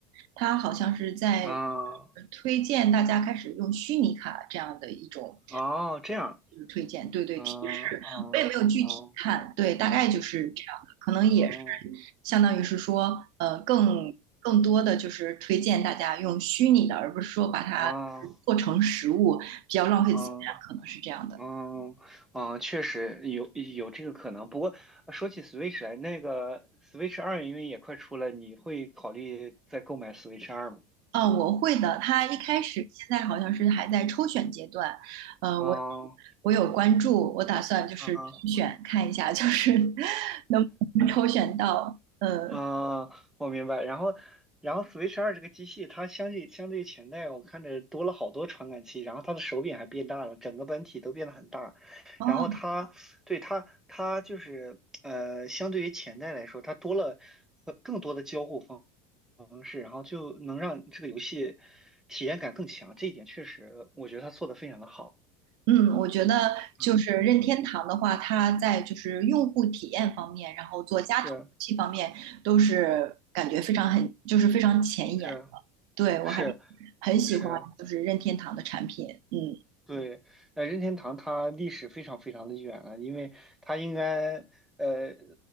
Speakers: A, on the right; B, in the centre.
A: 它好像是在
B: 啊
A: 呃推荐大家开始用虚拟卡这样的一种
B: 哦，这样，
A: 就是推荐，对对，
B: 嗯啊
A: 提示，我也没有具体看，
B: 啊啊
A: 对，大概就是这样的，可能也是
B: 啊
A: 相当于是说，呃，更更多的就是推荐大家用虚拟的，而不是说把它
B: 啊啊。
A: 做成实物。比较浪费资源，
B: 哦
A: 可能是这样的。
B: 嗯嗯，确实有有这个可能。不过说起 Switch 来，那个 Switch 二因为也快出了，你会考虑再购买 Switch 二吗？
A: 啊，我会的。他一开始现在好像是还在抽选阶段，呃，
B: 啊、
A: 我我有关注，我打算就是抽选看一下，
B: 啊，
A: 就是 <laughs> 能不能抽选到。呃，
B: 嗯，<laughs> 我明白。然后，然后 Switch 二这个机器，它相对相对于前代，我看着多了好多传感器，然后它的手柄还变大了，整个本体都变得很大。
A: 哦，
B: 然后它，对它，它就是呃，相对于前代来说，它多了很更多的交互方。方式，然后就能让这个游戏体验感更强。这一点确实，我觉得他做的非常的好。
A: 嗯，我觉得就是任天堂的话，
B: 嗯嗯，
A: 它在就是用户体验方面，然后做家庭游戏方面，
B: 是
A: 都是感觉非常很就是非常前沿。
B: 是
A: 对，我还
B: 是
A: 很喜欢就是任天堂的产品，
B: 是，
A: 嗯。
B: 对，那任天堂它历史非常非常的远了，因为它应该，呃，